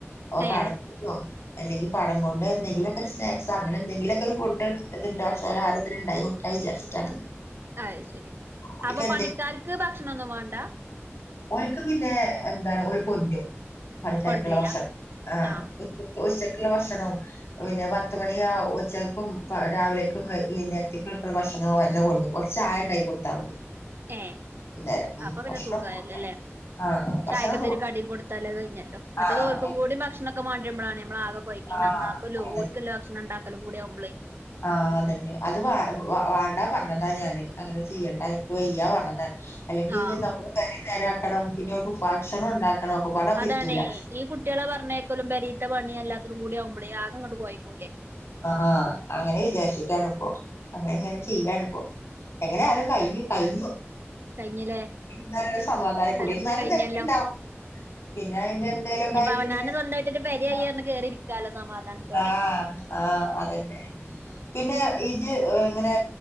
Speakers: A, on the left; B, on the right.
A: അപ്പൊ
B: ഏഹ്
A: പഴംപൊരിയൊ അല്ലെങ്കിൽ പഴം കൊണ്ട് എന്തെങ്കിലുമൊക്കെ സ്നാക്സ് അങ്ങനെ എന്തെങ്കില കൊണ്ട് എന്തെങ്കിലും സാധനംഉണ്ടാക്കിക്കൊടുക്കാ വിചാരിച്ചിട്ടാണ്.
B: അത് ശരി
A: ഓൽക്ക്
B: അപ്പൊ പണിക്കാർക്ക് ഭക്ഷണം ഒന്നും വാണ്ട.
A: ഓനക്ക് പിന്നെ എന്താ ഓല് കൊണ്ടരും. പണിക്കാർക്കുള്ള
B: കൊണ്ടരില്ല
A: ഭക്ഷണം ആ
B: ആഹ്
A: ഉച്ചക്കുള്ള ഭക്ഷ ഭക്ഷണും പിന്നെ പത്തുമണി ഉച്ചക്കും രാവിലേക്കും വൈനേരത്തക്കക്കുള്ള ഭക്ഷണും അവര് തന്നെ കൊണ്ടരും കൊറച്ച് ചായണ്ടാക്കി കൊടുത്താ മതി.
B: ഏ
A: വൈകുന്നേരം ഉം
B: അപ്പൊ പിന്നെ
A: ഭക്ഷണം
B: സുഖായിരു അല്ലെ
A: ആഹ് ഭക്ഷണം
B: ചായക്കത്തേങ്കിലും
A: ഒന്നും
B: കടിയും കൊടുത്താല് അത് കഴിഞ്ഞല്ലോ മറ്റത്
A: ആഹ്
B: ഓല്ക്കും കൂടി ഭക്ഷണൊക്കെമാണ്ടിരുമ്പളാണ് നമ്മളാകെ കൊഴങ്ങി
A: ആഹ്
B: നന്നാക്കലും ഓൽക്ക്‌ല്ല ഭക്ഷണം ഉണ്ടാക്കല് കൂടി ആവുബള്
A: ആ അതന്നെ അത് വാ വ വാണ്ടാ പറഞ്ഞതാ ഞാന് അങ്ങനെ ചെയ്യണ്ട ഇൻക്ക് വയ്യാ പറഞ്ഞതാണ്. അല്ലെങ്കി
B: ആഹ്
A: ഇത് നമ്മള് പെരിം തരാക്കണം പിന്നെ ഓൽക്ക് ഭക്ഷണം ഉണ്ടാക്കണം. ഒക്കെപ്പാടെ അപ്പൊ
B: അതാണേ
A: എത്തൂല
B: ഈ കുട്ടികളെ പറഞ്ഞേക്കലും പെരീത്ത പണിം അല്ലാത്തത് കൂടിയാകു ബളെ ആകങ്ങട്ട് കൊയങ്ങൂലെ.
A: ആ അങ്ങനെ വിചാരിച്ചിട്ടാണ് പ്പോ അങ്ങനെ ഇങ്ങനെ ചെയ്യാണ് പ്പോ. എങ്ങനെ ആയാലും കഴിഞ്ഞു കഴിഞ്ഞു.
B: കഴിഞ്ഞില്ലേ
A: ന്നാലും ഒരു സമാധാനം
B: എന്തായാലും
A: കൂടിര്ന്നാലും
B: കഴിഞ്ഞല്ലോ
A: തിരക്കുണ്ടാവും പിന്നെ അയിന്റെ എന്തേകിലൊക്കെ
B: ഇനിയിപ്പോ
A: ആയിട്ട്
B: അവനാന്
A: ഇങ്ങനെ തെരക്കുണ്ടാവും.
B: സ്വന്തായിട്ടൊരു പെരയായി പറഞ്ഞ് കേറി ഇരിക്കാലോ സമാധാനത്തോടെ
A: ആ ആ അതന്നെ. പിന്നെ ഇജ്ജ് ഇങ്ങനെ